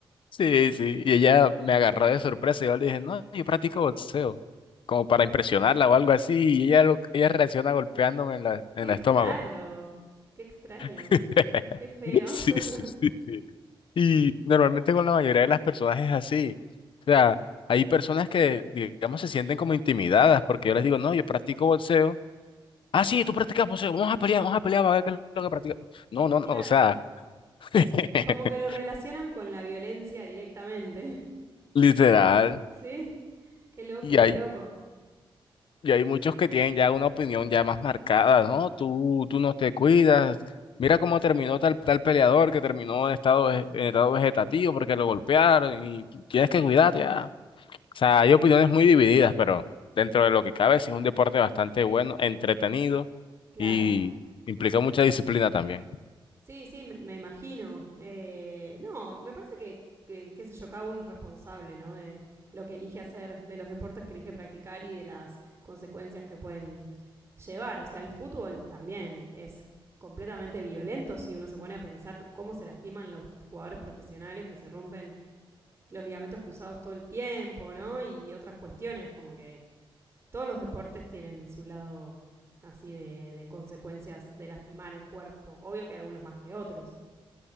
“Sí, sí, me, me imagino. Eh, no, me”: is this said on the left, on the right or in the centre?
Right